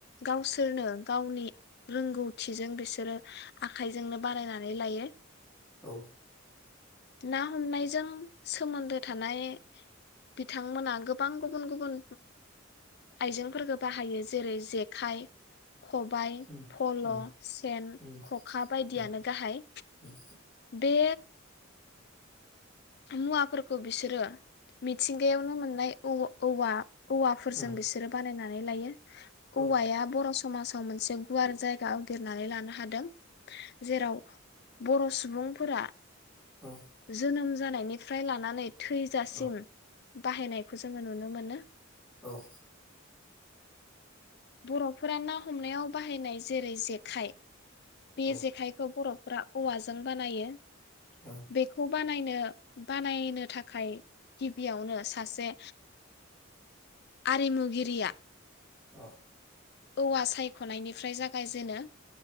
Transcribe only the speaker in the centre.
औ
उम
उम
उम
उम
उम
उम
औ
औ
औ
औ।
औ
औ
औ।